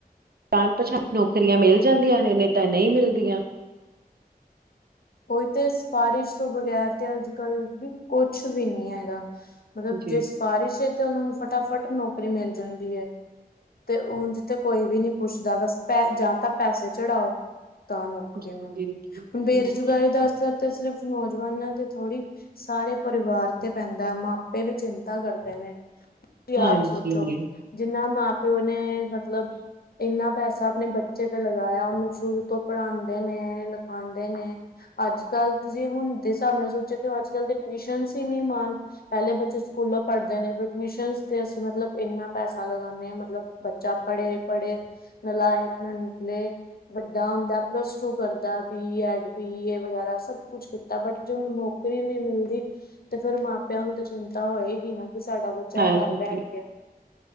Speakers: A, on the right; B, on the left.
A: ਜਾਣ ਪਤਾਂਣ ਨੌਕਰੀਆਂ ਮਿਲ ਜਾਂਦੀਆਂ ਨੇ ਨਈ ਤਾਂ ਨਈ ਮਿਲਦੀਆਂ।
B: ਓਹੀ ਤੇ ਸਿਫਾਰਸ਼ ਤੋਂ ਬਗੈਰ ਤੇ ਅੱਜ ਕੱਲ੍ਹ ਵੀ ਕੁਛ ਵੀ ਨੀ ਹੈਗਾ। ਮਤਲਬ
A: ਜੀ,
B: ਜੇ ਸਿਫਾਰਿਸ਼ ਐ ਤੇ ਉਨਾਂ ਨੂੰ ਫਟਾਫਟ ਨੌਕਰੀ ਮਿਲ ਜਾਂਦੀ ਐ। ਤੇ ਉਂਜ ਜਿੱਥ ਕੋਈ ਵੀ ਨੀ ਪੁੱਛਦਾ ਬਸ ਪੈ ਜਾਂ ਤਾਂ ਪੈਸੇ ਚੜਾਓ ਤਾਂ ਨੌਕਰੀ
A: ਜੀ, ਜੀ,
B: ਮਿਲਦੀ
A: ਜੀ,
B: ਹੁਣ
A: ਜੀ
B: ਬੇਰੁਜ਼ਗਾਰੀ ਦਾ ਅਸਰ ਤੇ ਸਿਰਫ਼ ਨੌਜਵਾਨਾਂ ਤੇ ਥੋੜ੍ਹੀ ਸਾਰੇ ਪਰਿਵਾਰ ਤੇ ਪੈਂਦੈ ਮਾਪੇ ਵੀ ਚਿੰਤਾ ਕਰਦੇ ਨੇ। ਸੀ ਯਾਦ
A: ਹਾਂਜੀ,
B: ਸੋਚੋ
A: ਹਾਂਜੀ,
B: ਜਿੰਨਾ ਮਾਂ ਪਿਓ ਨੇ ਮਤਲਬ ਇੰਨਾ ਪੈਸਾ ਆਪਣੇ ਬੱਚੇ ਤੇ ਲਗਾਇਆ ਉਨੂੰ ਸ਼ੁਰੂ ਤੋਂ ਪੜ੍ਹਾਂਦੇ ਨੇ ਆਂਦੇ ਨੇ ਅੱਜ ਕੱਲ੍ਹ ਜੇ ਹੁਣ ਦੇ ਹਿਸਾਬ ਨਾਲ ਸੋਚਿਆ ਤੇ ਅੱਜ ਕੱਲ ਦੇ ਟਿਊਸ਼ਨਜ ਈ ਨੀ ਮਾਨ। ਪੈਲੇ ਬੱਚੇ ਸਕੂਲੋਂ ਪੜ੍ਹਦੇ ਨੇ ਫੇ ਟਿਊਸ਼ਨਸ਼ ਤੇ ਅਸੀਂ ਮਤਲਬ ਇੰਨਾ ਪੈਸਾ ਲਗਾਨੇ ਆ ਮਤਲਬ ਬੱਚਾ ਪੜ੍ਹੇ-ਪੜ੍ਹੇ ਨਲਾਇਕ ਨਾ ਨਿਕਲੇ ਵੱਡਾ ਹੁੰਦਾ ਪਲੱਸ ਟੂ ਕਰਦਾ ਬੀ ਐਡ, ਬੀ ਏ ਵਗੈਰਾ ਸਭ ਕੁਛ ਕੀਤਾ ਬਟ ਜ ਨੌਕਰੀ ਨੀ ਮਿਲਦੀ ਤੇ ਫੇਰ ਮਾਪਿਆਂ ਨੂੰ ਤੇ ਚਿੰਤਾ ਹੋਏਗੀ ਨਾ ਕੀ ਸਾਡਾ ਬੱਚਾ
A: ਹਾਂਜੀ।
B: ਘਰ ਬੈਠ ਗਿਆ।